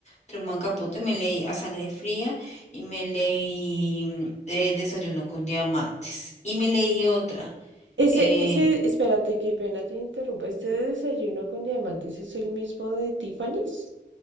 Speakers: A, on the left; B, on the right.
A: Truman Capote. Me leí A sangre fría y me leí mm, eh, Desayuno con diamantes. Y me leí otra.
B: Ese,
A: eh,
B: ese, espérate, qué pena te interrumpa. ¿Este desayuno con diamantes es el mismo de Tiffany's?